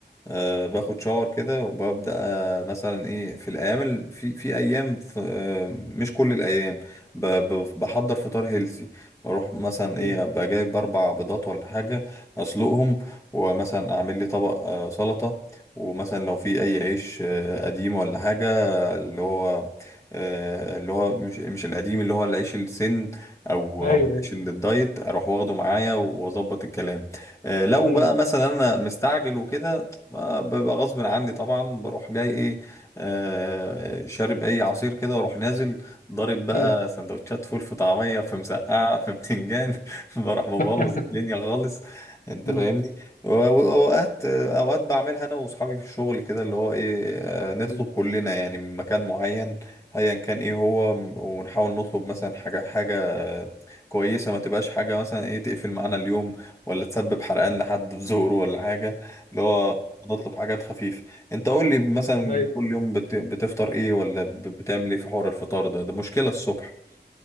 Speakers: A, on the left (about 15°); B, on the left (about 50°).
A: آه، باخد شاور كده وببدا آه، مثلا ايه في الايام ال- في في ايام في آه، مش كل الايام ب- ب- بحضر فطار هيلسي بروح مثلا
B: <laughs> مم.
A: ايه ابقى جايب اربع بيضات ولا حاجه اسلقهم ومثلا اعمل لي طبق آه، سلطه ومثلا لو في اي عيش آه، قديم ولا حاجه اللي هو آه، اللي هو مش مش القديم اللي هو العيش السن او
B: ايوه
A: او ماشي للدايت اروح واخده معايا واظبط الكلام آه، لو
B: مم.
A: بقى مثلا انا مستعجل وكده آه، ببقى غصب عني طبعا بروح جاي ايه آه، شارب اي عصير كده واروح نازل ضارب بقى
B: مم.
A: سندوتشات فول في طعميه في مسقعه في بتنجان <laughs> بروح مبوظ
B: <laughs>
A: الدنيا خالص انت
B: مم.
A: فاهمني و- واوقات اوقات بعملها انا واصحابي في الشغل كده اللي هو ايه آه، نطلب
B: <laughs>
A: كلنا يعني من مكان معين ايا كان ايه هو ونحاول نطلب مثلا حاجه حاجه آه، كويسة ما تبقاش حاجة مثلا ايه تقفل معانا اليوم ولا تسبب حرقان لحد في ظهره ولا حاجة اللي هو نطلب حاجات خفيفة انت قول لي مثلا
B: ايوه
A: كل يوم بت... بتفطر ايه ولا ب- بتعمل ايه في حوار الفطار ده ده مشكلة الصبح